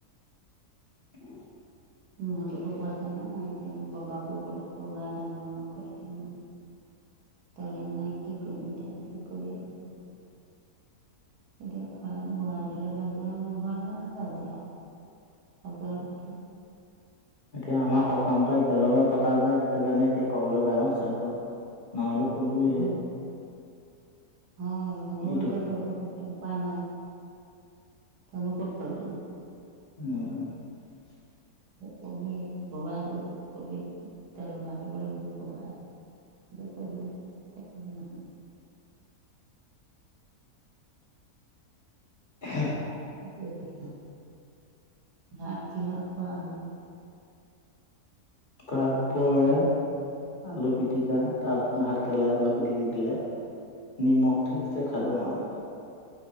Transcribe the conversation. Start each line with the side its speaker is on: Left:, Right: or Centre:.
Left: <unintelligible>
Right: মোহঁততো পইচাছে না এতিয়া ববাকো ক'লে ববাই কণ বন নকৰে এতিয়া। তেলে নাই কি কৰিম এতিয়া এনেকে ক'লে। তেতিয়া খোৱাই বৰাই দিলে যাবি আৰু নগাঁও লে নাযাবি আৰু কাষত গ'লে কোঠা।
Left: এতিয়া আমাৰ সকামটো একেলগে পতা যায় সেইটো কাৰণে এতিয়া ক'বলৈ বেয়া হৈছে আকৌ। নহ'লে কলোৱেই
Right: হয়
Left: হেই
Right: হয়, হ'ব
Left: এইটো
Right: এতিয়া উপায় নাই। তইনো ক'ত পাবি।
Left: উম।
Right: কবি ববা কবি তেল ভৰাই লাগিব ববা। যে কৰিলে তেতিয়া কৰিব নহয়।
Left: <unintelligible>
Right: সিটোৱে কথা ভাত কিহ খোৱা হ'ল।
Left: ভাত বইল আলু পিটিকা তাত ভাত কেৰেলা এডাল পিটিকি দিলে। নিমখ ঠিকছে খালো আ, আজি